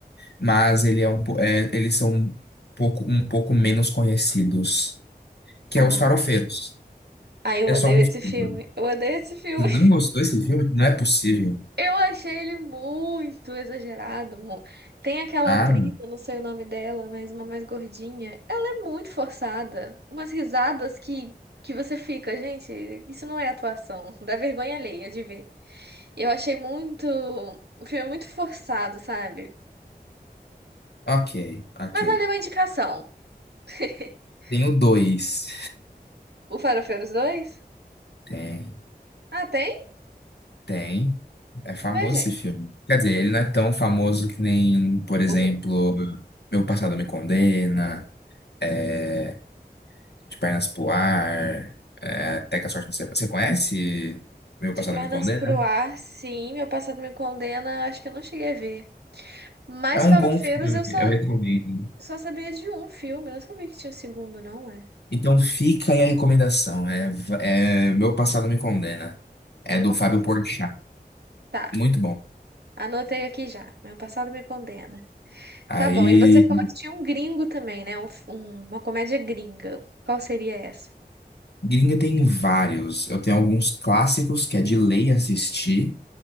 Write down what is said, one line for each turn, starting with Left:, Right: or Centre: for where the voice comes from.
Left: mas ele é um, po- é, eles são um pouco, um pouco menos conhecidos, que
Right: Ah,
Left: é Os Farofeiros.
Right: aí eu
Left: É
Right: odeio
Left: só um
Right: esse
Left: filme.
Right: filme. Eu odeio esse filme.
Left: Você não gostou desse filme? Não é possível.
Right: Eu achei ele muito exagerado. mu- Tem aquela
Left: Ah,
Right: atriz, eu não sei o nome dela, mas uma mais gordinha. Ela é muito forçada. Umas risadas que, que você fica, gente, isso não é atuação. Dá vergonha alheia de ver. Eu achei muito. O filme muito forçado, sabe?
Left: Ok, ok.
Right: Mas valeu a indicação. <laughs>
Left: Tenho dois.
Right: O Farofeiros dois?
Left: Tem,
Right: Ah, tem?
Left: tem. É famoso
Right: Ué, gente.
Left: esse filme. Quer dizer, ele não é tão famoso que nem, por exemplo,
Right: O Bra-
Left: Meu Passado Me Condena, é, De Pernas pro Ar, é, Até que a Sorte Não Separe. Você conhece Meu
Right: De
Left: Passado
Right: Pernas
Left: Me Condena?
Right: pro Ar, sim. Meu passado me condena. eu Acho que eu não cheguei a ver. Mas
Left: É um
Right: Farofeiros
Left: bom filme,
Right: eu só
Left: eu recomendo.
Right: Eu só sabia de um filme, não sabia que tinha o segundo, não é?
Left: Então fica aí a recomendação. É, é Meu Passado Me Condena. É
Right: Meu
Left: do
Right: passado.
Left: Fábio Porchat.
Right: Tá,
Left: Muito bom.
Right: anotei aqui já. Meu passado me condena.
Left: Aí.
Right: Tá bom, e você falou que tinha um gringo também, né? Um f- um- uma comédia gringa. Qual seria essa?
Left: Gringa tem vários. Eu tenho alguns clássicos que é de lei assistir.